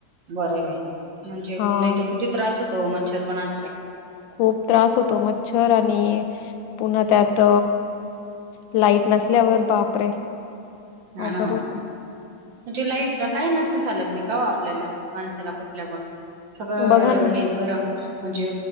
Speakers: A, on the right; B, on the left.
A: बरं बाई म्हणजे
B: हां.
A: नाही तरर किती त्रास होतो मच्छर पण असतात
B: खूप त्रास होतो मच्छर आणि पुन्हा त्यात लाईट नसल्यावर बापरे
A: ह
B: अवघड
A: ना
B: होतं.
A: म्हणजे लाईट काही नसून चालत नाही का हो आपल्याला माणसाला कुठल्या पण सगळं
B: बघा ना,
A: हे गरम म्हणजे